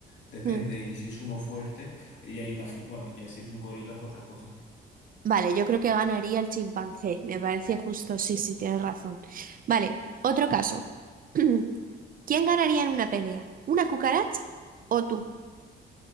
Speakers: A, on the left (about 70°); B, on the right (about 45°).
A: Depende,
B: Mm.
A: y si es uno fuerte, ya imagino, bueno, ya si es un gorila es otra cosa.
B: Vale, yo creo que ganaría el chimpancé, me parece justo, sí, sí, tienes razón. Vale, otro caso. <clears throat> ¿Quién ganaría en una pelea? ¿Una cucaracha o tú?